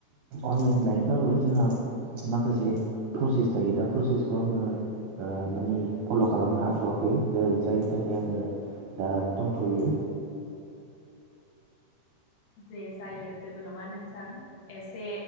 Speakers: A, on the right; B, on the left.
A: अनलाइन लायोब्लाबो जोंहा माखासे प्रसेस थायो। प्रसेसखौ आङो ओ माने फल' खालामनो हाथ'वाखै दा जायनि थाखाय आङो दा दंथ'यो।
B: दे जायो जेबो नङा नोंथां। एसे